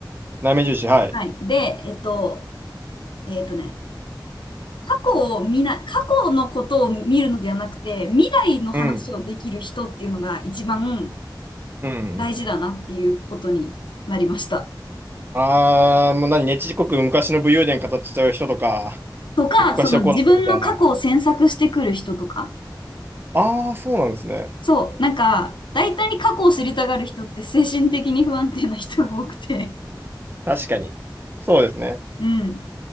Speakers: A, on the right; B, on the left.
A: 内面重視、はい。
B: はい。で、えっと、えっとね、過去を見な、過去のことを見るのではなくて、未来の話をできる人っていうのが一番
A: うん。うんうん。
B: 大事だなっていうことになりました。
A: あー、もう何、ねちこく昔の武勇伝語っちゃう人とか、
B: とか、
A: 昔はこうだったみたいな。
B: その自分の過去を詮索してくる人とか。
A: あー、そうなんですね。
B: そう、なんか、大体過去を知りたがる人って精神的に不安定な人が多くて、
A: 確かに。そうですね。
B: <laughs> うん、っ